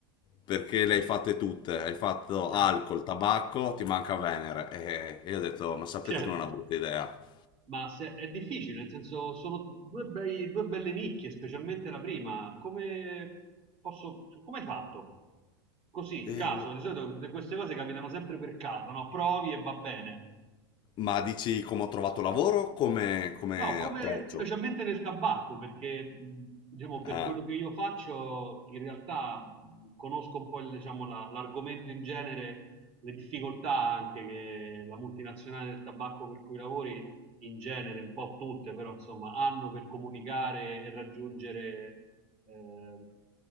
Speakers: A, on the left; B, on the right.
A: Perché le hai fatte tutte, hai fatto
B: Chiaro,
A: alcol, tabacco, ti manca Venere. E io ho detto, ma sapete
B: certo.
A: che non è una brutta idea.
B: Ma se- è difficile, nel senso sono due, bei- due belle nicchie, specialmente la prima. Come posso, come hai fatto? Così,
A: E-
B: caso, di solito queste cose capitano sempre per caso, no? Provi e va bene.
A: Ma dici come ho trovato lavoro? Come, come
B: No, come
A: approccio?
B: specialmente nel tabacco, perché mh, diciamo, per
A: Ah,
B: quello che io faccio, in realtà mh, conosco un po' il, diciamo, la- l'argomento in genere, le difficoltà anche che la multinazionale del tabacco per cui lavori, in genere, un po' tutte, però insomma, hanno per comunicare e raggiungere eh,